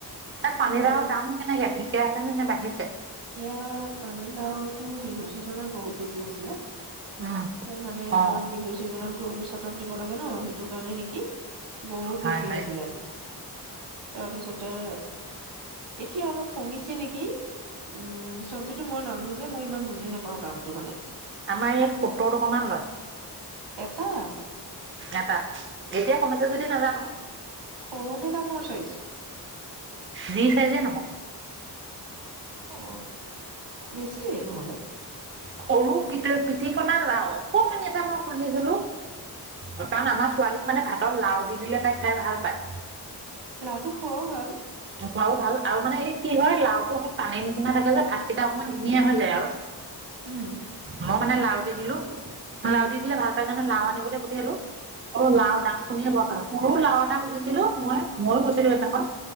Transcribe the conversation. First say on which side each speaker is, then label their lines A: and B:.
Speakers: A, on the right (about 30°); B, on the right (about 80°).
A: তাত পানী
B: আৰু
A: লাউ দাম কেনেকে? এতিয়া আছেনে নে বাঢ়িছে?
B: ইয়াত পানীলাউতো বিহুৰ ছিজনত বহুত বেছি হৈছিলে।
A: উম
B: এ মানে আমাৰ
A: অ
B: বিহুৰ ছিজনত গৰু চাতত দিব লাগে ন হেটো কাৰণে নেকি। কি? বহুত
A: হয়
B: বেছি
A: হয়
B: হৈছিলে তাৰপিছত ত' এতিয়া অলপ কমিছে নেকি। উম চবজিটো মই নানো যে মই ইমান বুজি নাপাওঁ দামটো মানে।
A: আমাৰ ইয়াত সত্তৰ টকামান লয়।
B: এটাত
A: এটাত এতিয়া কমাইছে যদি নাজানো
B: সৰু নে ডাঙৰ চাইজ
A: দি চাৰ যে নহব
B: অ বেছি নহ'লে
A: সৰু পিত পিতিকনা লাও অকণ পানি এটা মই খুুলিছিলো কাৰণ আমাৰ ছোৱালীক মানে ভাতৰ লাও দি দিলে তাই খাই ভাল পায়
B: লাটো খোৱাও ভাল
A: খোৱাও ভাল আৰু মানে এই কি হয় লাওটো অকমান পানীৰ নিচিনা থাকে যে ভাতকেইটা অকণমান ধুনীয়া হৈ যায় আৰু
B: উম
A: মই মানে লাও দি দিলো লাওু দি দিলে ভাল পাই কাৰানে লাও আনিবলৈ পঠিয়ালো অ
B: উম
A: লাও দাম শুনেই ভয় খালো সৰু লাও এটা সুধিছিলো মই মইো গৈছিলো সেইদিনাখন